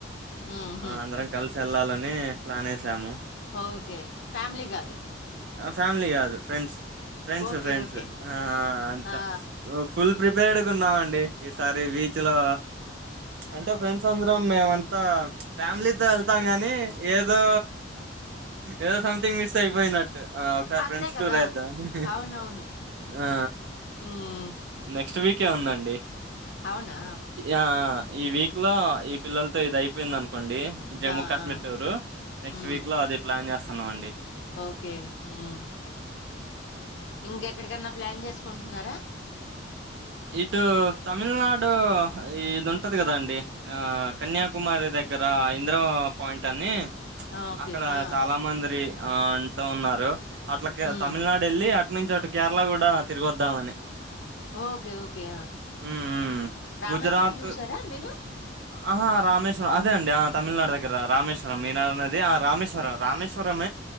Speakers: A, on the left (about 70°); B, on the right (about 60°).
A: హుహు.
B: అందరం కలిసి వెళ్ళాలని ప్లాన్ వేసాము
A: ఓకే. ఫ్యామిలీ కాదు.
B: ఫ్యామిలీ కాదు friends friends
A: okay.
B: Friends
A: okay.
B: అంత
A: ఆ!
B: ఫుల్ ప్రిపేర్డ్గా ఉన్నామండి ఈసారి బీచ్ లో అంటే ఫ్రెండ్స్ అందరం మేమంతా ఫ్యామిలీతో వెళ్తా గాని ఏదో ఏదో సంథింగ్ మిస్ అయిపోయినట్టు ఒకసారి
A: అంతే
B: ఫ్రెండ్స్
A: కదా!
B: టూర్ వేద్దా అని
A: అవునవును.
B: ఆ
A: హ్మ్.
B: నెక్స్ట్ వీకే ఉందండి
A: అవునా?
B: ఆ ఈ వీక్ లో ఈ పిల్లలతో ఇది అయిపోయిందని అనుకోండి జమ్మూ
A: ఆ!
B: కాశ్మీర్
A: ఆ!
B: టూరు నెక్స్ట్
A: హ్మ్.
B: వీక్ లో అది ప్లాన్ చేస్తాన్నాం అండి
A: ఓకే. హ్మ్.
B: ఆ
A: ఇంకెక్కడికన్నా ప్లాన్ చేసుకుంటున్నారా
B: ఇటు తమిళనాడు ఇది ఉంటది కదా అండి కన్యాకుమారి దగ్గర ఇంద్ర పాయింట్ అని
A: ఆ! ఓకే.
B: అక్కడ
A: ఆ!
B: చాలా మంది ఆ అంటూ ఉన్నారు అట్లాకే
A: హ్మ్.
B: తమిళనాడు వెళ్ళి అంటే నుంచి కేరళ కూడా తిరిగొద్దామని
A: ఓకే ఓకే
B: హ్మ్. హ్మ్.
A: రామేశ్వరం
B: గుజరాత్
A: చూసారా మీరు
B: ఆహా రామేశ్వరం అదే అండి ఆ తమిళనాడు దగ్గర రామేశ్వరం మీ నది ఆ రామేశ్వరం రామేశ్వరం